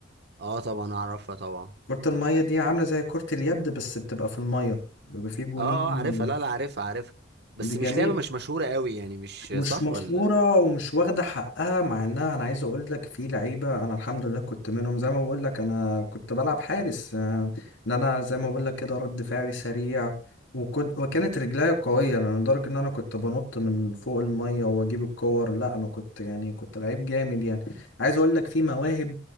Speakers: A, on the right; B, on the left.
A: اه طبعا اعرفها طبعا
B: كره الميه دي عامله زي كره اليد بس بتبقى في الميه بيبقى فيه جونين
A: اه اه عارفها لا لا عارفها عارفها بس
B: دي
A: مش
B: جميله
A: لعبه مش مشهوره قوي يعني مش
B: مش
A: صح
B: مشهورة
A: ولا
B: ومش واخدة حقها مع انها انا عايز اقول لك في لعيبة انا الحمد لله كنت منهم زي ما بقول لك انا كنت بلعب حارس آه، ان انا زي ما بقول لك كده رد فعلي سريع وكنت وكانت رجليا قوية يعني لدرجة ان انا كنت بنط من فوق المية واجيب الكور لا انا كنت يعني كنت لعيب جامد يعني عايز اقول لك في مواهب